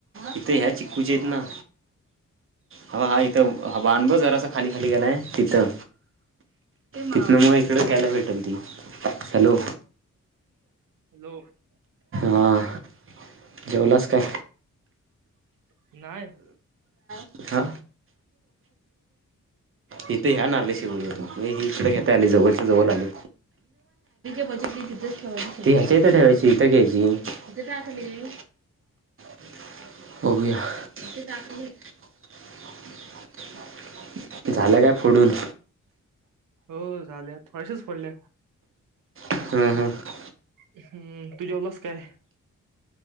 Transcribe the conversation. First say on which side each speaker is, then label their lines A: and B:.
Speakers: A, on the right; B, on the right.
A: इथं ह्या चिकूच्याइत ना हा इथ ह बाण ब जरासा खाली खाली गेलाय तिथं तिथन मग इकड घ्यायला भेट <unintelligible> हॅलो
B: हॅलो
A: हां. जेवलास काय?
B: <inaudible> नाही.
A: हा हथ ह्या नाल्याशी बोलतो ही इकड घेता आली जवळच्या जवळ आले त ह्याच्या इथ ठेवायची इथं घ्यायची इथं ग्याची <unintelligible> झालं काय फोडून?
B: हो झाल्या थोडशाच फ़ोडल्या.
A: हम्म हम्म
B: हम्म तु जेवलास काय?